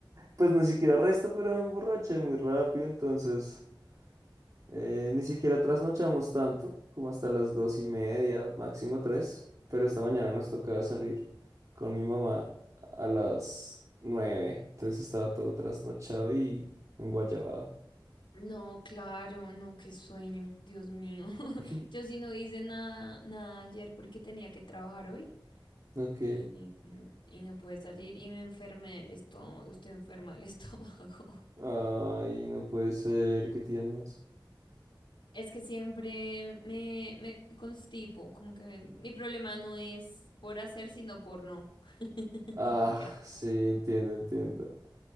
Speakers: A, on the right; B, on the left.
A: Pues ni siquiera resto, pero me emborraché muy rápido, entonces... Eh, ni siquiera trasnochamos tanto, como hasta las dos y media, máximo tres, pero esta mañana nos tocaba salir con mi mamá a las nueve, entonces estaba todo trasnochado y enguayabado.
B: No, claro, no, qué sueño, Dios mío. <laughs>
A: <laughs>
B: Yo sí no hice nada, nada ayer porque tenía que trabajar hoy
A: Ok.
B: y, y mm, y no pude salir y me enfermé del estómago, estoy enferma del <laughs> estómago.
A: Ay, no puede ser, ¿qué tienes?
B: Es que siempre me, me constipo, como que mi problema no es por hacer, sino por no. <laughs>
A: Ah,
B: Qué
A: sí, entiendo, entiendo.